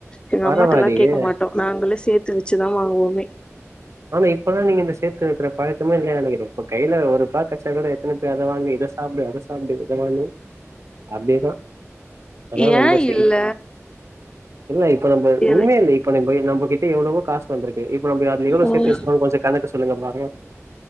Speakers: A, on the left; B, on the right.
A: எங்க
B: பரவாயில்லயே!
A: அம்மாட்டல்லா கேட்க மாட்டோ நாங்களே சேத்து வச்சிதா வாங்குவோமே
B: ஆனா இப்பலா நீங்க இந்த சேத்து வெக்கிற பழக்கமே இல்ல நெனைக்கிறே இப்ப கைல ஒர் ருபா கெட்ச்சா கூட தின்னுட்டு அத வாங்கு இத சாப்டு அத சாப்டு அத வாங்கு அப்டியேதா அனால
A: ஏ
B: நம்ப செய்து
A: இல்ல
B: இல்ல இப்ப நம்ப
A: எது
B: உண்மையவே இப்ப நம்ப நம்பகிட்ட எவ்ளவோ காசு வந்துருக்கு இப்ப நம்ப அதுல எவ்ளோ
A: ம்
B: கொஞ்சொ கணக்கு சொல்லுங்க பாக்கலா